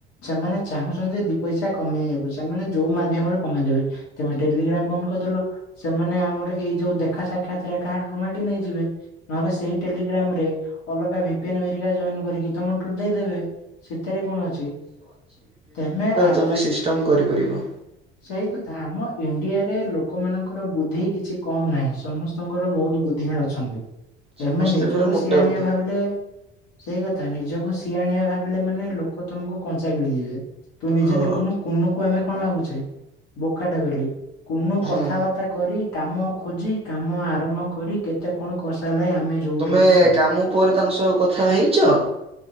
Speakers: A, on the left; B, on the right.
A: ସେମାନେ ଚାହୁଁଚନ୍ତି ଯେ ଦି ପଇସା କମେଇବାକୁ ସେମାନେ ଯୋଉ ମାଧ୍ୟମରେମେଇଦବେ। ତମେ ଟେଲିଗ୍ରାମ ବନ୍ଦ କରିଦେଲ ସେମାନେ ଆମର ଏଇ ଯୋଉ ଦେଖା ସାକ୍ଷାତରେ କାହାଠାରୁ ମାଗି ନେଇଯିବେ। ନହେଲେ ସେଇ ଟେଲିଗ୍ରାମ ରେ ଅଲଗା <unintelligible> ଜଏନ କରିକି ତମଟରୁ ଦେଇଦେବେ ଶୀତରେ କଣ ଅଛି। ତମେ ଆ
B: ତୁମେ ସିଷ୍ଟମ୍ କରିପାରିବ।
A: ସେଇ କଥା ଆମ ଇଣ୍ଡିଆରେ ଲୋକମାନଙ୍କର ବୁଦ୍ଧି କିଛି କମ ନାହିଁ। ସମସ୍ତ ଙ୍କର ବହୁତ ବୁଦ୍ଧି ଅଛନ୍ତି।
B: ସମସ୍ତେ
A: ତେମେ ନିଜକୁ
B: ପୁରା ମୋଟା
A: ସିଆଣଆ
B: ବୁଦ୍ଧିଆ
A: ଭାବିଲେ ସେଇ କଥା ନିଜକୁ ସିଆଣିଆ ଭାବିଲେ ମାନେ ଲୋକ ତମକୁ କଞ୍ଚା ଗିଳିଯିବେ। ତୁ ନିଜେ
B: ହଁ
A: ଦେଖୁନୁ କୁନୁକୁୁ ଆମେ କଣ ଭାବୁଚେ ବୋକାଟା ବୋଲି। କୁନୁ କଥାବାର୍ତ୍ତା
B: ହୁଁ।
A: କରି କାମ ଖୋଜି କାମ ଆରମ୍ଭ କରି କେତେ କଣ କରିସାରିଲା ଆମେ ଯୋଉଠି
B: ତୁମେ
A: ଅଛେ ସେଇଠି।
B: କାମ ପରେ ତାଙ୍କ ସହ କଥା ହେଇଚ?